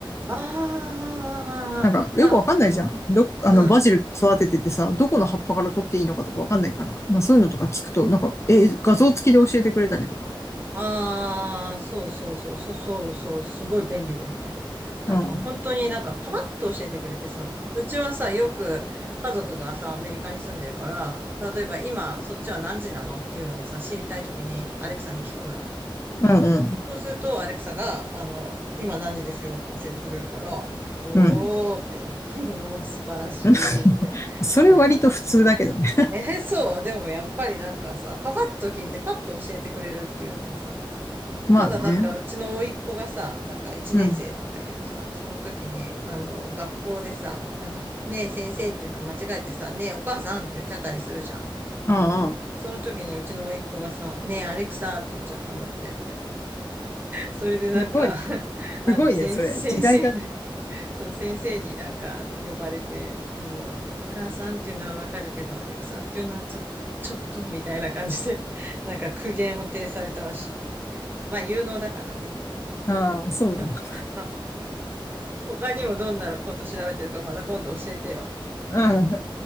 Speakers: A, on the right; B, on the left.
A: ああ、
B: なんか、よくわかんないじゃん。
A: まあ、
B: ど、あの、
A: うん。
B: バジル育てててさ、どこの葉っぱから取っていいのかとかわかんないから。まあ、そういうのとか聞くと、なんか、え、画像付きで教えてくれたりとか。
A: ああ、そうそうそう、そうそうそう、すごい便利だよね。なんか本当になんかパパッと教えてくれてさ、
B: うん。
A: うちはさ、よく家族がさ、アメリカに住んでるから、例えば今そっちは何時なのっていうのをさ、知りたいときにアレクサに聞くのよ。
B: うんうん。
A: そうするとアレクサが、あの、今何時ですよって教えてくれるから、おーって思う。
B: うん。
A: <laughs> おー、素晴らしいって。
B: <laughs> それ割と普通だけどね。
A: なんか、えーそう、でもやっぱりなんかさ、パパッと聞いてパッと教えてくれるっていうのがさ、
B: まあね。
A: ただなんかうちの甥っ子がさ、なんか一年生なんだけどさ、
B: うん。
A: その時に、あの、学校でさ、あの、ねえ先生っていうのを間違えてさ、ねえお母さんって言っちゃったりするじゃん。
B: うんうん。
A: その時にうちの甥っ子がさ、ねえアレクサって言っちゃったんだって。それでなんか
B: すごいね。
A: <laughs> あの、
B: すごいね、
A: 先、
B: それ。
A: 先生に、
B: 時代だね。
A: そう、先生になんかあの、呼ばれて、あの、お母さんっていうのはわかるけど、アレクサっていうのはちょっと、ちょっとみたいな感じで、なんか苦言を呈されたらしい。まあ、有能だからね。
B: ああ、そうなんだ。
A: <laughs> 他にもどんなこと調べてるかまた今度教えてよ。
B: うん。